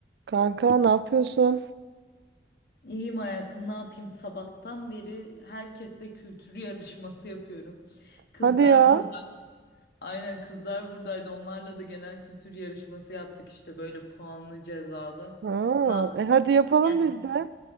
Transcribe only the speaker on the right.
Kanka ne yapıyorsun?
Hadi ya.
Aa,
e hadi yapalım
biz de.